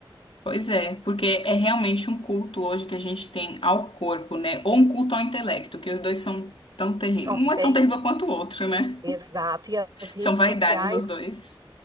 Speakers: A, on the left; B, on the right.
A: Pois é, porque é realmente um culto hoje que a gente tem ao corpo, né? Ou um culto ao intelecto, que os dois são tão terríveis.
B: São
A: Um
B: bem,
A: é tão terrível quanto o outro, né?
B: exato. E as redes
A: São vaidades
B: sociais
A: os dois.